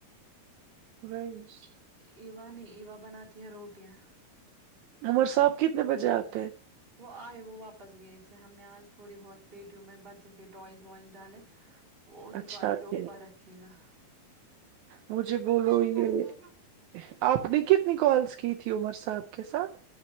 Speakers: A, on the right; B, on the right.
A: وز
B: ایوا نے ایوا بناتی ہے روٹیاں
A: عمر صاحب کتنے بجے آتے ہیں
B: وہ آئے وہ واپس گئے تھے ہم نے آج تھوڑی بہت پیٹیوں میں بچوں کے ٹوائز وائز ڈالے
A: <inaudible>
B: وہ دکان
A: اچھا
B: کے اوپر
A: پھر
B: رکھے گا
A: مجھے
B: پھر
A: بولو
B: بھاگ
A: یہ
B: جاتے ہیں نا
A: آپ نے کتنی کالس کی تھی عمر صاحب کے ساتھ